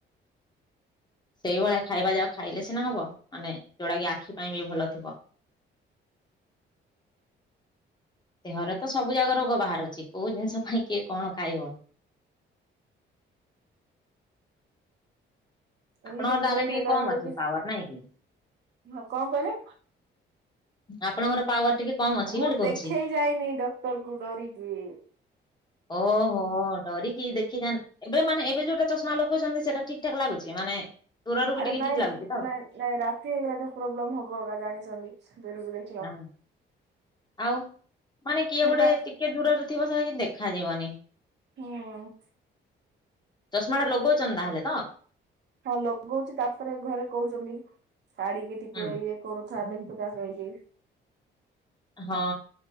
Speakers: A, on the left; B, on the right.
A: ସେଇଭଳିଆ ଖାଇବା ଯା ଖାଇଲେ ସିନା ହବ ମାନେ ଯୋଉଟା କି ଆଖି ପାଇଁ ବି ଭଲ ଥିବ। ଦେହରେ ତ ସବୁ ଜାଗ ରୋଗ ବାହାରୁଚି କୋଉ ଜିନିଷ ପାଇଁ କିଏ କଣ? କାଇବ? ଆପଣଙ୍କର
B: ଏମିତି ଗୋଟେ
A: ତାହେଲେ ଟିକେ
B: ହେଲା
A: କମ
B: କୋଉଚି
A: ଅଛି ପାୱାର ନାଇଁ କି?
B: ହଁ କଣ କହିଲେ?
A: ଆପଣଙ୍କର ପାୱାର ଟିକେ କମ ଅଛି
B: ଆଉ
A: ବୋଲି
B: ମୁଁ
A: କହୁଛି।
B: ଦେଖେଇ ଯାଇନି ଡକ୍ଟର କୁ ଡରିକି?
A: ଓହୋ ଡରିକି ଦେଖିଜାନ୍ ଏବେ ମାନେ ଏବେ ଯୋଉଟା ଚଷ୍ମା ଲୋଗଚନ୍ତି ସେଇଟା ଠିକ୍ ଠାକ୍ ଲାଗୁଚି ମାନେ ଦୂରରୁ ବି
B: ଆରେ
A: ଟିକେ
B: ନାଇଁ
A: ଠିକ୍ ଲାଗୁଚି ତ?
B: ନାଇଁ ନାଇଁ ରାତି ହେଇଗଲା ତ ପ୍ରୋବ୍ଲେମ ହବ ଗା ଗାଡୀ ଚଲେଇ ଜାଣିଚନ୍ତି ଦୂରେ ଦୂରେ?
A: ହଁ ଆଉ ମାନେ କିଏ
B: ସେଟା
A: ଗୋଟେ ଟିକେ ଦୂର ରେଥିବ ସେରା କି ଦେଖାଯିବନି।
B: ହୁଁ।
A: ଚଷ୍ମା ଟା ଲଗୋଉଚନ୍ତି ତାହେଲେ ତ?
B: ହଁ ଲଗୋଉଚି ତାପରେ ଘରେ କୋହୁଚନ୍ତି ଶାଢୀ କି ଟିକେ
A: ହୁଁ
B: ଇଏ କରୁଥା ଲେଖୁଥା ଯାଇକି?
A: ହଁ